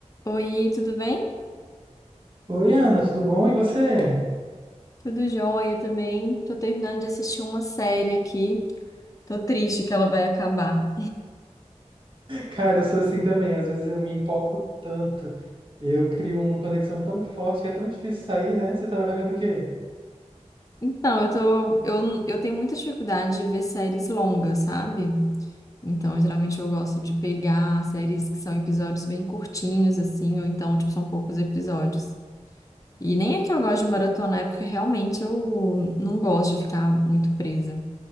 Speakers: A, on the left; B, on the right.
A: Oi, tudo bem?
B: Oi, Ana, tudo bom? E você?
A: Tudo jóia também. Tô terminando de assistir uma série aqui. Tô triste que ela vai acabar.
B: Cara, eu sou assim também. Às vezes eu me empolgo tanto. Eu crio uma conexão tão forte que é tão difícil sair, né? Você tava vendo o quê?
A: Então, eu tô, eu, eu tenho muita dificuldade de ver séries longas, sabe? Então, geralmente eu gosto de pegar séries que são episódios bem curtinhos, assim, ou então, tipo, são poucos episódios. E nem é que eu gosto de maratonar, é porque realmente eu não gosto de ficar muito presa.